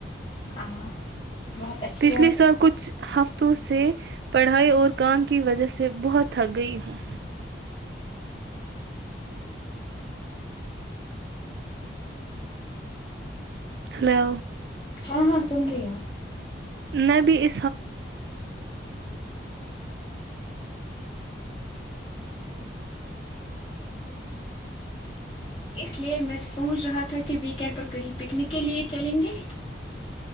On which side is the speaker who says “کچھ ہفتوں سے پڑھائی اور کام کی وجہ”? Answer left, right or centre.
Right